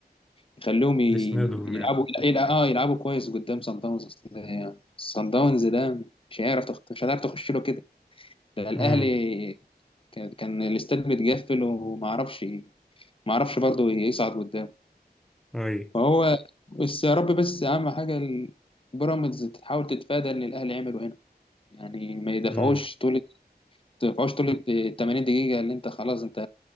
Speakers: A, on the left; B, in the centre.
A: يخلوهم ي-
B: يسندهم
A: يلعبوا
B: يعني
A: يلع- اه يلعبوا كويس قدام سان داونز أصل يعني سان داونز ده مش هيعرف تخ... مش هتعرف تخش له كده ده الاهلي
B: امم
A: كان, كان الاستاد متقفل وما اعرفش ما اعرفش برضه يصعد قدام
B: اي
A: فهو بس يا رب بس اهم حاجه ال- بيراميدز تحاول تتفادى اللي الاهلي عمله هنا يعني ما يدفعوش
B: امم
A: طول ما يدفعوش طول ال 80 دقيقه اللي انت خلاص انت